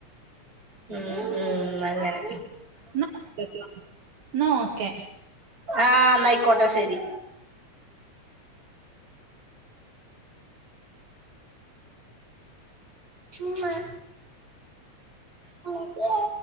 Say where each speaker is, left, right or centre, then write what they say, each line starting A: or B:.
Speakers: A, on the right; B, on the right.
A: ഉം ഉം ഇന്നങ്ങനെ
B: ഇന്നാ ഒക്കെട്ടിം എന്നാ ഓക്കെ
A: ആഹ് എന്നായിക്കോട്ടെ ശരി ഇമ്മ ഇമ്മച്ചിയെ